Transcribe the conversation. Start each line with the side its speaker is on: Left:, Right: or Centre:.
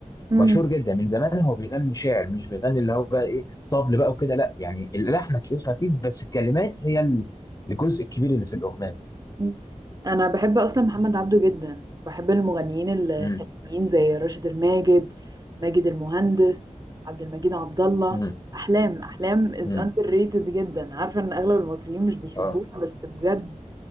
Right: مم.
Left: مشهور جدا من زمان هو بيغني شعر مش بيغني اللي هو بقى ايه طبل بقى وكده لا يعني اللحن هتلاقيه خفيف بس الكلمات هي ال- الجزء الكبير اللي في الاغنيه
Right: مم. انا بحب اصلا محمد عبده جدا بحب المغنيين الخليجيين
Left: امم
Right: زي راشد الماجد ماجد المهندس عبد المجيد عبد الله
Left: امم
Right: احلام احلام is
Left: امم
Right: underrated جدا عارفه ان اغلب المصريين مش بيحبوها
Left: اه
Right: بس بجد